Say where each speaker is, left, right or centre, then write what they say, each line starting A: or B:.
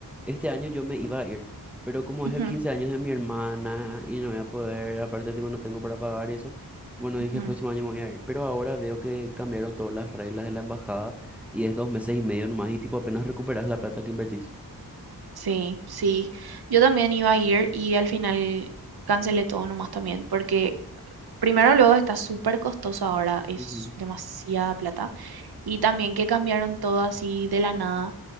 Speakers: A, in the centre; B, on the right.
A: este año yo me iba a ir, pero como
B: Ujú,
A: es el 15 años de mi hermana y no voy a poder, aparte tipo no tengo para pagar y eso, bueno
B: ujú.
A: dije el próximo año me voy a ir, pero ahora veo que cambiaron todas las reglas de la embajada y es dos meses y medio nomás y tipo apenas recuperas la plata que invertís.
B: Sí, sí. Yo también iba a ir y al final cancelé todo nomás también, porque primero luego está súper costoso ahora, es
A: Ujú,
B: demasiada plata. Y también que cambiaron todo así de la nada.